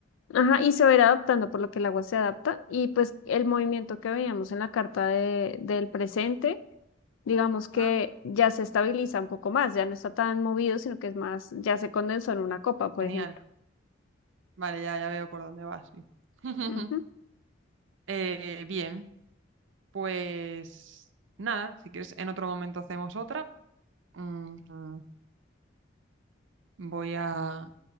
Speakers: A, on the left (about 85°); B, on the right (about 70°).
A: Ajá, y se va a ir adaptando, por lo que el agua se adapta. Y pues el movimiento que veíamos en la carta de, del presente, digamos que
B: Ah,
A: ya se estabiliza un poco más, ya no está tan movido, sino que es más, ya se condensó en una copa, por
B: genial.
A: ejemplo.
B: Vale, ya, ya veo por dónde vas. sí. <laughs>
A: Ujú.
B: Eh, bien, pues nada, si quieres, en otro momento hacemos otra. Mm, voy a